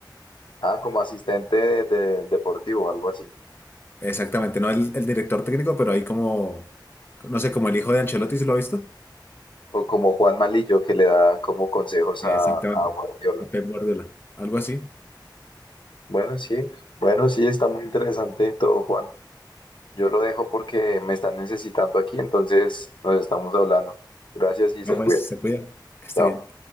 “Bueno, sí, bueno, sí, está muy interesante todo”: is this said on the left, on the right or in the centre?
Left